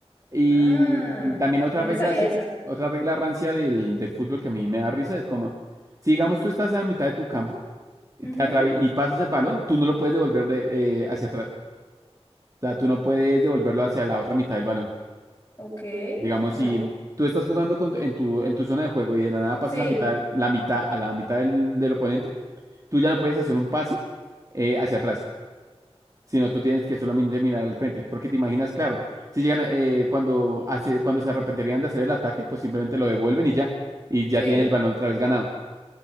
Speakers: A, on the right (about 30°); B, on the left (about 20°).
A: Y,
B: Ah,
A: y también otra
B: no
A: regla
B: me sabía
A: así,
B: esa.
A: otra regla rancia del, del fútbol que a mí me da risa es como, si digamos tú estás a la mitad de tu campo y,
B: Ujú,
A: te atravi- y pasas el balón, tú no lo puedes devolver de, eh, hacia atrás. sea, tú no puedes devolverlo hacia la otra mitad del balón.
B: Ok,
A: Digamos,
B: ¿no?
A: si tú estás jugando con- en tu, en tu zona de juego y de la nada pasas
B: Sí,
A: la mitad, la mitad a la mitad del, del oponente, tú ya no puedes hacer un pase eh, hacia atrás, sino tú tienes que solamente mirar al frente, porque te imaginas, claro, si llegan eh, cuando hace, cuando se arrepentirían de hacer el ataque, pues simplemente lo devuelven y ya, y ya
B: sí.
A: tienen el balón otra vez ganado.